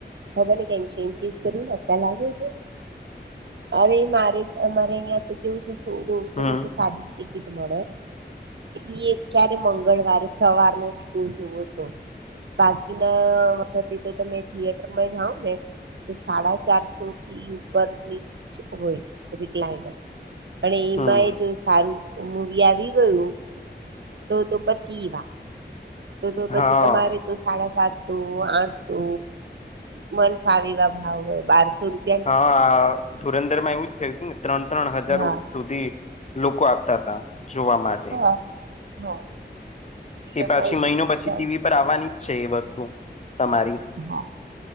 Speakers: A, on the right (about 80°); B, on the left (about 40°).
A: હવે ને કઈ ચેન્જિસ કરી ને અત્યારે લાગી જ અરે મારે અમારે અહિયાં તો કેવું છે સો દોઢસો
B: હમ
A: ની તો સાદી ટિકિટ મળે ઈ ક્યારે મંગળવારે સવાર નો શો જોવો તો બાકીના વખતે તો તમે થિયેટર માં જાાવ ને તો સાડા ચારસો થી ઉપર ની જ હોય રીકલાઇનર અને એમાં
B: હમ
A: એ જો સારું મુવી આવી ગયું તો તો પતિ વાત. તો તો પછી
B: હા
A: તમારે તો સાડા સાતસો આઠસો મન ફાવીવા ભાવ હોય બારસો રૂપ
B: હા ધુરંધરમાં એવું જ થયું હતું ને ત્રણ ત્રણ હજારો
A: હા
B: સુધી લોકો આપતા હતા જોવા માટે
A: હા હા
B: એ
A: અમારે
B: પાછી
A: જૂનું
B: મહિનો પછી
A: જાય
B: ટીવી પર આવવાની જ છે એ વસ્તુ તમારી
A: હા